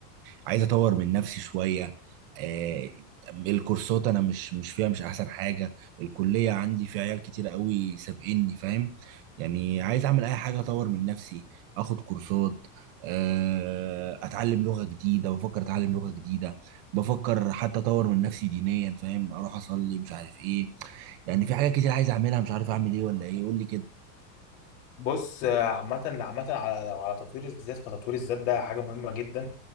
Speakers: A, on the right (about 35°); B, on the left (about 50°).
A: عايز اطور من نفسي شويه آه، الكورسات انا مش مش فيها مش احسن حاجه الكليه عندي في عيال كتير قوي سابقني فاهم يعني عايز اعمل اي حاجه اطور من نفسي اخد كورسات آه، اتعلم لغه جديده بفكر اتعلم لغه جديده بفكر حتى اطور من نفسي دينيا فاهم اروح اصلي مش عارف ايه يعني في حاجات كتير عايز اعملها مش عارف اعمل ايه ولا ايه قول لي كده
B: بص آه، عامة عامة على على تطوير الذات فتطوير الذات ده حاجة مهمة جدا